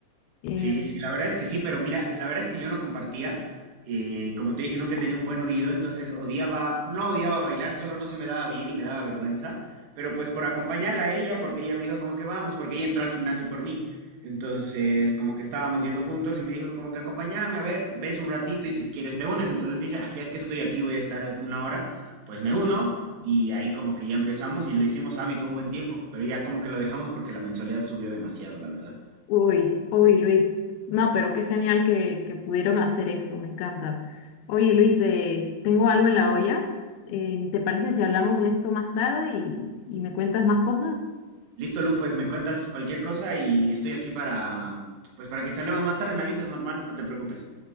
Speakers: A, on the left (about 75°); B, on the right (about 85°).
A: Eh,
B: Sí, sí, la verdad es que sí, pero mira, la verdad es que yo no compartía. eh, como te dije, nunca tenía un buen oído, entonces odiaba, no odiaba bailar, solo no se me daba bien y me daba vergüenza. Pero pues por acompañarla a ella, porque ella me dijo como que vamos, porque ella entró al gimnasio por mí. Entonces, como que estábamos yendo juntos y me dijo como que acompáñame, a ver, ves un ratito y si quieres te unes. Entonces dije, ah, ya que estoy aquí, voy a estar a una hora, pues me uno. Y ahí como que ya empezamos y lo hicimos hábito un buen tiempo, pero ya como que lo dejamos porque la mensualidad subió demasiado, la verdad.
A: uy, uy, Luis. No, pero qué genial que, que pudieron hacer eso, me encanta. Oye, Luis, eh, tengo algo en la olla. Eh, ¿te parece si hablamos de esto más tarde y, y me cuentas más cosas?
B: Listo, Lu, pues me cuentas cualquier cosa y estoy aquí para, pues para que charlemos más tarde, me avisas normal, no te preocupes.